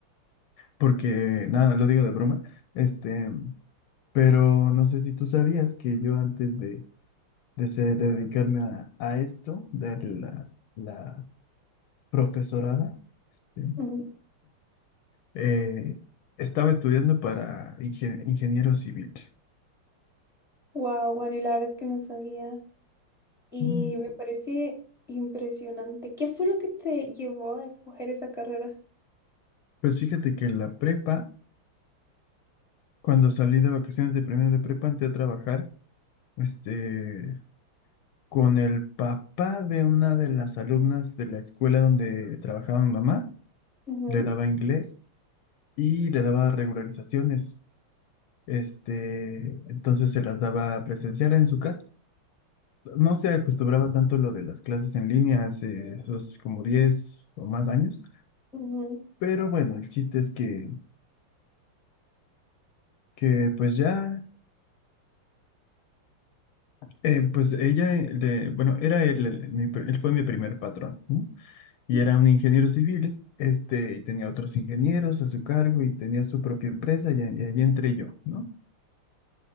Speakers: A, on the left (about 75°); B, in the centre.
A: porque nada, lo digo de broma, este, pero no sé si tú sabías que yo antes de, de, ser- de dedicarme a, a esto, de la, la profesorada, este,
B: ujú.
A: eh, estaba estudiando para inge- ingeniero civil.
B: Wow, Juani, la verdad es que no sabía y
A: Mm.
B: me parece impresionante. ¿Qué fue lo que te llevó a escoger esa carrera?
A: Pues fíjate que en la prepa, cuando salí de vacaciones de primero de prepa, entré a trabajar, este, con el papá de una de las alumnas de la escuela donde trabajaba mi mamá,
B: Ujú,
A: le daba inglés. y le daba regularizaciones. Este, entonces se las daba presencial en su casa. No se acostumbraba tanto lo de las clases en línea hace esos como 10 o más años,
B: ujú,
A: pero bueno, el chiste es que, que pues ya, eh, pues ella, eh, le- bueno, era él, el- el- mi pr- él fue mi primer patrón, ¿no? Y
B: ujú.
A: era un ingeniero civil, este, y tenía otros ingenieros a su cargo y tenía su propia empresa y, ahí y ahí entré yo, ¿no?